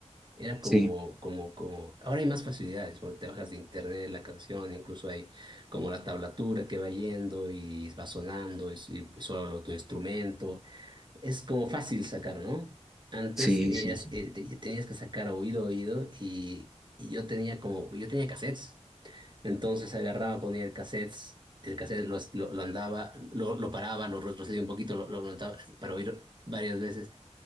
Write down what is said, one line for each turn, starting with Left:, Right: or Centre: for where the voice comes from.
Right: era
Centre: Sí,
Right: como, como, como, ahora hay más facilidades, bueno, te bajas de internet la canción, incluso hay como la tablatura que va yendo y va sonando y, y solo tu instrumento, Es como fácil sacar, ¿no? Antes
Centre: sí,
Right: eras,
Centre: sí, sí.
Right: eh, te- tenías que sacar oído, oído, y, y yo tenía como, yo tenía cassettes. Entonces agarraba, ponía el cassettes, el cassette lo, lo, lo andaba, lo, lo paraba, lo retrocedía un poquito, lo, lo levantaba para oír varias veces.